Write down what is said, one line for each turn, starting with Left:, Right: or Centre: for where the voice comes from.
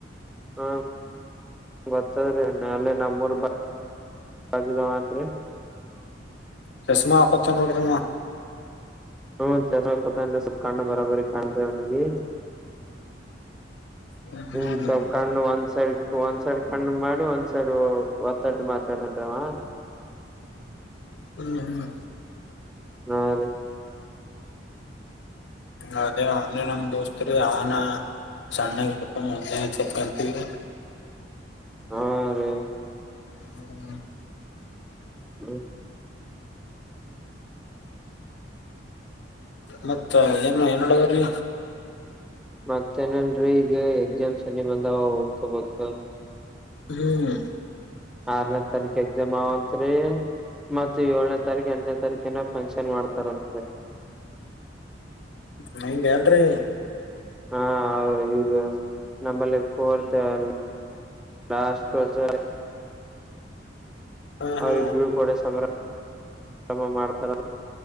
Centre: ಹಾ ಬರ್ತದ್ರೀ ಅಲ್ಲೇ ನಮ್ಮೂರ್ವನ್ರಿ
Left: ಚಶಾಮಾ ಹಕೋಟನ್ ನೋಡ್ರೀ ಅವ
Centre: ಹ್ಮ ಚಸ್ಕತ ಅಂದ್ರೆ ಸೊಪ್ಪ ಕಾಣ ಬರಾಬರಿ ಕಾಣ್ರ ಅವನಿಗೆ
Left: ಹ್ಮ್
Centre: ಇಸ ಕ ಅನ್ಸರ್ <unintelligible> ಒಂದ್ ಸೈಡ್ ಕಣ್ಣು ಮಾಡಿ ಒಂದ್ ಸೈಡ್ ಒತ್ತಟ ಮಾತಾಡಂಟವ <inaudible>
Left: ಮಹದ <unintelligible>
Centre: ಹಾ ರೀ
Left: ಅದೇ ಅ ನಾಮ ದೋಸ್ತರಿ ಆವನ ಸಣ್ಣಪ್ಪ ಮೊದ್ ಚತ್ಕಂತೀವಿ
Centre: ಹಾ ರೀ
Left: ಹ್ಮ
Centre: ಹ್ಮ್ ಹ್ಮ್
Left: ಮತ್ತ ಏನ್ ಏನಡಗೀ
Centre: ಮತ್ತೇನಲ್ರರಿ ಈಗ ಎಕ್ಸಾಮ್ ಸನಿ ಬಂದಾವ ಹೊೋಗ್ಕೊಬೇಕ
Left: ಹ್ಮ್
Centre: ಆರನೇ ತಾರೀಖ ಎಕ್ಸಾಮ್ ಅವಂತ್ ರೀ ಮತ್ತ ಏಳನೇ ತಾರೀಕ ಎಂಟನೇ ತಾರೀಕ ಏನ ಫಂಕ್ಷನ್ ಮಾಡ್ತಾರಂತ್ರ
Left: ನೀಗೆಲ್ರಿೀ
Centre: ಹಾ ಈಗ ನಂಬಲ್ಲಿ ಕೋರ್ತಲ್ಲ ನಾಸ್ತುಸ
Left: ಹಾ
Centre: ಅವ್ರಬ್ರುೂ
Left: ಹಾ
Centre: ಕೂಡ ಸಮ್ರ್ರ ಮಾಡ್ತಾರ